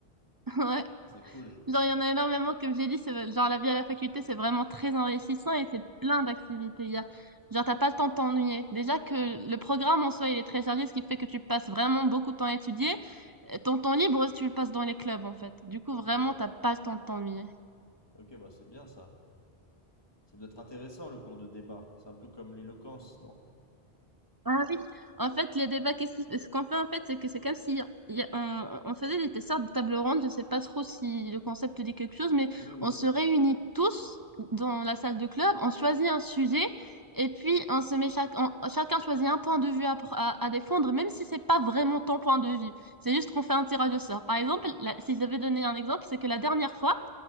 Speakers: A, on the right; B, on the left.
A: Ouais.
B: c'est cool.
A: Genre, il y en a énormément, comme j'ai dit, c'est genre la vie à la faculté, c'est vraiment très enrichissant et c'est plein d'activités. Il y a, genre, t'as pas le temps de t'ennuyer. Déjà que le programme en soi, il est très chargé, ce qui fait que tu passes vraiment beaucoup de temps à étudier. Et Ton temps libre, tu le passes dans les clubs, en fait. Du coup,
B: Ok.
A: vraiment, t'as pas le temps de t'ennuyer.
B: Ok, bah c'est bien ça. Ça doit être intéressant le cours de débat. C'est un peu comme l'éloquence, non?
A: Ah oui, en fait, le débat, qu'est-ce qui- ce qu'on fait en fait, c'est que c'est comme si il y a- on, on faisait des, des sortes de tables rondes, je sais pas trop si le concept dit quelque chose, mais
B: Oui, oui.
A: on se réunit tous dans la salle de club, on choisit un sujet et puis on se met chaque, on- chacun choisit un point de vue à, pr- à, à défendre, même si c'est pas vraiment ton point de vue. C'est juste qu'on fait un tirage au sort. Par exemple, la- si je devais donner un exemple, c'est que la dernière fois,